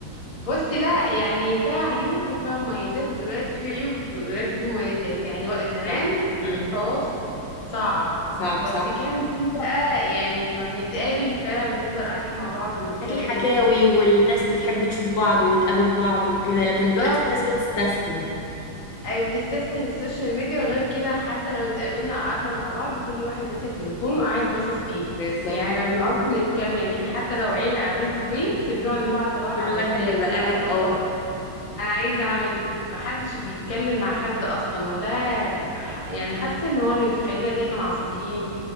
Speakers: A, on the left; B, on the left.
A: بص لا يعني فيها عيوب وفيها مميزات ودلوقتي في عيوب وفي- ودلوقتي في مميزات يعني وق- زمان
B: صح
A: كان
B: مم.
A: التواصل صعب
B: صعب
A: بس
B: صح
A: كان
B: أيوة.
A: في بقى يعني لما بنتقابل فعلا بنفضل قاعدين مع بعض ونتكلم
B: كانت الحكاوي والناس بتحب تشوف بعض وتقابل بعض وكده لكن
A: بالظبط
B: دلوقتي الناس بتستسهل
A: اي بتستسهل السوشيال ميديا وغير كده حتى لو اتقابلنا قعدنا مع بعض كل واحد ماسك تليفونه وقاعد باصص فيه
B: بالظبط
A: يعني
B: كده
A: ما بنقعدش نتكلم احنا حتى لو عيلة قاعدين في بيت بنقعد نبعت لبعض
B: كل
A: على
B: واحد
A: الواتساب
B: بيبقى
A: انا
B: قاعد
A: عايزة
B: اه
A: اشرب انا عايزه اعمل محدش بيتكلم مع حد اصلا وده بح... يعني حاسه ان هو اللي بيخلينا دايما عصبيين